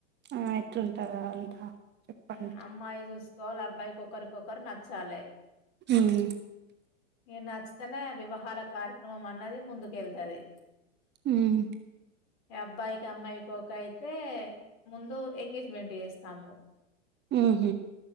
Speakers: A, on the right (about 30°); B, on the left (about 45°).
A: ఆ, ఎట్లుంటారు అంతా చెప్పండి
B: హు అమ్మాయి చూసుకోవాలి వాళ్లకి ఒకరికొకరు నచ్చాలే
A: హ్మ్
B: నచ్చితేనే వివాహాల కార్యక్రమం అన్నది ముందుకెళ్తాది
A: హ్మ్
B: అబ్బాయికి అమ్మాయికి ఓకే అయితే ముందు ఎంగేజ్మెంట్ చేస్తాము
A: ఆహ